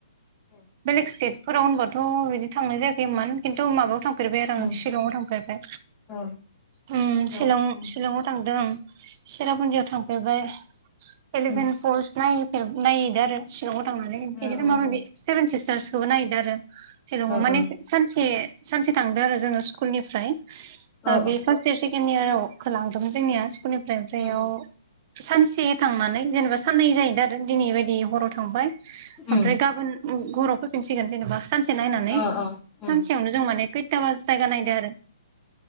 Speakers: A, on the left; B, on the right.
A: औ
B: बेलेग स्टेटफोराव होनबाथ' बिदि थांनाय जायाखैमोन खिन्थु माबायाव थांफेर दों
A: ओं
B: शिलंआव थांफेरबाय
A: औ
B: उम
A: शिलंआव
B: शिलं
A: ओं
B: शिलंआव थांदों सेरापुन्जियाव थांफेरबाय एलिफेन्ट
A: ओं
B: फल्स नायहैफेर नायहैदों आरो शिलंआव थांनानै। बिदिनो
A: ओ ओ
B: माबा माबि सेभेन सिस्टार्सखौबो नायहैदो आरो शिलंआव माने
A: ओं
B: सानसे सानसे थांदों आरो जोङो स्कुलनिफ्राय
A: ओ औ
B: बे फार्स्ट इयारस सेकेण्ड इयाराव खो लांदोंमोन जोंनिया स्कुलनिफ्राय उमफ्राय
A: उम
B: इयाव
A: उम
B: सानसे थांनानै जेनेबा साननै जाहैदों आरो दिनै बायदि हराव थांबाय ओमफ्राय
A: उम
B: गाबोन हराव फैफिनसिगोन जेनेबा सानसे नायना, नै
A: अ अ उम
B: सानसेयावनो जों माने खैथाबा जायगा नायदो आरो।